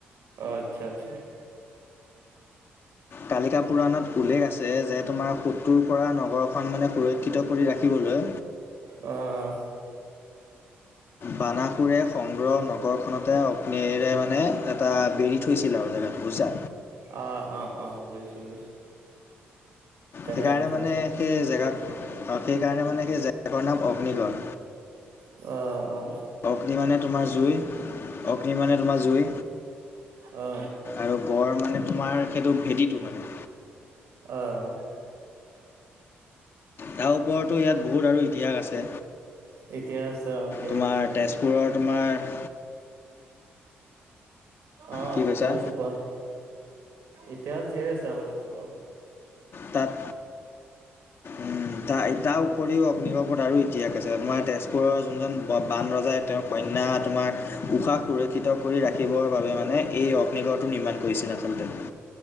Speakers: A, on the right; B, on the left.
A: অ', আচ্ছা আচ্ছা। <inaudible>
B: কালিকা পুৰাণত উল্লেখ আছে যে তোমাৰ সোত্ৰুৰ পৰা নগৰখন মানে সুৰক্ষিত কৰি ৰাখিবলৈ
A: অ', অ'।
B: বানাসুৰে সংগ্ৰহ নগৰখনতে অগ্নিৰে মানে এটা বেৰি থৈছিল আৰু জেগাটো বুজিছা
A: অ', অ', অ', বুজিছোঁ বুজিছোঁ। তেনে
B: সেইকাৰণে
A: কথা
B: মানে
A: ন
B: সেই জেগা
A: <unintelligible>
B: সেইকাৰণে মানে সেই জেগাকণৰ নাম অগ্নিগড়
A: অ', অ'।
B: অগ্নি মানে তোমাৰ জুই, অগ্নি মানে তোমাৰ জুই।
A: অ
B: আৰু গঁড় মানে তোমাৰ সেইটো ভেটিটো মানে।
A: অ'।
B: তাৰ ওপৰতো ইয়াত বহুত আৰু ইতিহাস আছে
A: এতিয়া আছে অ ধেৰ
B: তোমাৰ
A: এতিয়া আছে
B: তেজ। পুৰৰ তোমাৰ।
A: অ
B: কি কৈছা
A: শুনিছো কোৱা। ইতিহাস ধেৰ আছে আমাৰ তেজপুৰ।
B: তাত।
A: <unintelligible>
B: উম তা তাৰ উপৰিও অগ্নি ওপৰত আৰু ইতিহাস আছে তোমাৰ তেজপুৰৰ যোনজন বান ৰজাই। তেওঁৰ কন্যা তোমাৰ উশাহ সুৰক্ষিত কৰি ৰাখিবৰ বাবে মানে এই অ। নিগড়টো নিৰ্মাণ কৰিছিল আচলতে।